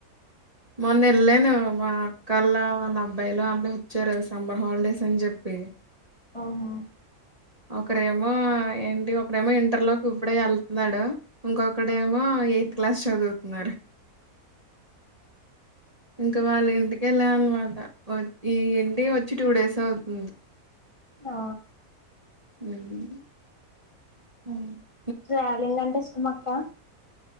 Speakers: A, on the right; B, on the left.
A: మొన్న వెళ్ళాను మా అక్కలా వాళ్ళ అబ్బాయిలు వాళ్ళే వచ్చారు సంబర్ హాలిడేస్ అని చెప్పి
B: ఓహో
A: ఒకరేమో ఏంటి ఒకరేమో ఇంటర్ లోకి ఇప్పుడే ఎళ్తున్నాడు ఇంకొకడు ఏమో ఎయిత్ క్లాస్ చదువుతున్నాడు. ఇంకా వాళ్ళ ఇంటికెళ్ళ అనమాట వా ఈ ఇంటి వచ్చి టూ డేస్ అవుతుంది
B: నా
A: లాబ్ హా
B: ట్రావెలింగ్ అంటే ఇష్టం అక్క